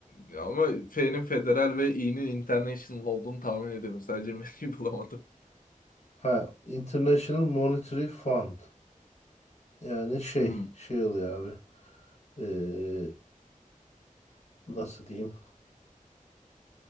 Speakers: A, on the left; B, on the left.
A: Ya ama F'nin federal ve İ'nin international olduğunu tahmin ediyorum. Sadece M'yi <laughs> bulamadım.
B: Ha, International Monetary Fund. Yani şey,
A: Hmm,
B: şey oluyor abi. Ee, nasıl diyeyim?